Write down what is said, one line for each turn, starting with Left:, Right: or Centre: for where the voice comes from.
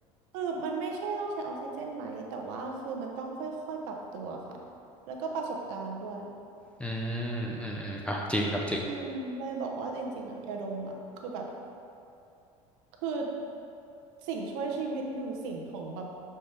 Right: คือมันไม่ใช่ต้องใช้ออกซิเจนไหมแต่ว่าคือมันต้องค่อยๆปรับตัวค่ะแล้วก็ประสบการณ์ด้วย
Centre: อืมอืมอืมอ่ะจริงครับจริง
Right: อืมเลยบอกว่าจริงๆอ่ะยาดมอ่ะคือแบบ คือสิ่งช่วยชีวิตหนึ่งสิ่งของแบบ